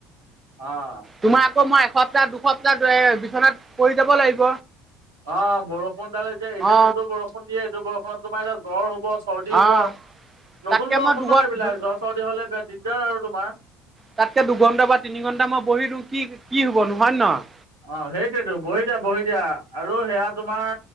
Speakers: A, on the right; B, on the right.
A: অ',
B: তোমাৰ আকৌ মই এসপ্তাহ দুসপ্তাহ এ বিছনাত পৰি যাব লাগিব।
A: অ বৰষুণডাল এতিয়া এতিয়া
B: অ
A: যোনটো বৰষুণ দিয়ে সেইটো বৰষুণত তোমাৰ এতিয়া জ্বৰ হ'ব চৰ্দি হব
B: অ তাতকে
A: নতুন বৰষুণ
B: মই দুঘ
A: ন
B: অ
A: এইবিলাক জ্বৰ চৰ্দি হলে বেয়া দিগদাৰ আৰু তোমাৰ।
B: তাতকে দুঘণ্টা বা তিনি ঘণ্টা মই বহি দিও কি কি হব নো হয় নে নহয়?
A: অ সেইটোৱেতো বহি দিয়া বহি দিয়া আৰু সেয়া তোমাৰ